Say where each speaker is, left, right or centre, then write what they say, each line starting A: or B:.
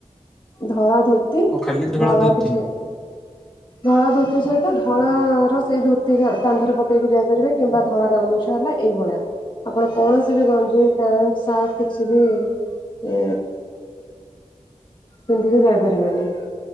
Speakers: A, on the left; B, in the centre.
A: ଧଳା ଧୋତି
B: ଓ ଖାଲି
A: ଧଳା
B: ଧୋତି
A: କିଛି ଧଳା ଧୋତି ସହି ତ ଧଳା ର ସେଇ ଧୋତି କାନ୍ଧରେ ପକେଇକି ଯାଇପାରିବେ। କିମ୍ବା ଧଳା ଗାମୁଛା ହେଲା ଏଇଭଳିଆ। ଆପଣ କୌଣସି ବି ଗଞ୍ଜି, ପ୍ୟାଣ୍ଟ, ସାର୍ଟ କିଛି ବି ଏ ପିନ୍ଧିକି ଯାଇପାରିବେନି।